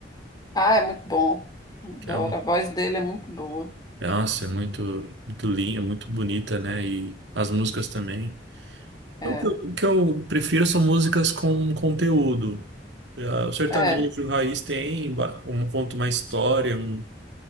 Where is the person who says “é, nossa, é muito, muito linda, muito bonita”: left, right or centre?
Right